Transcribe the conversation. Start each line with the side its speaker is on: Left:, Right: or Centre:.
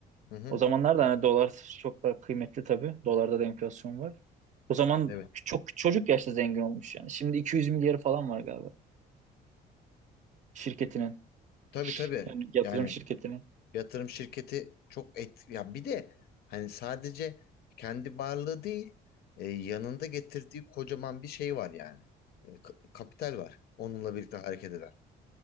Left: Hı hı.
Right: O zamanlar da hani dolar çok daha kıymetli tabii. Dolarda da enflasyon var. O zaman
Left: Evet.
Right: çok çocuk yaşta zengin olmuş yani. Şimdi 200 milyarı falan var galiba şirketinin.
Left: Tabii tabii.
Right: Yani yatırım
Left: Yani
Right: şirketinin.
Left: yatırım şirketi çok et ya bir de hani sadece kendi varlığı değil e, yanında getirdiği kocaman bir şey var yani. E, ka- kapital var. Onunla birlikte hareket eden.